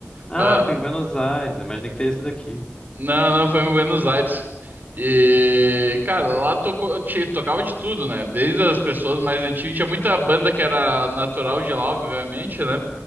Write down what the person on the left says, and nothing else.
Ah,
foi
em Buenos Aires. Eu imaginei que teria esse daqui.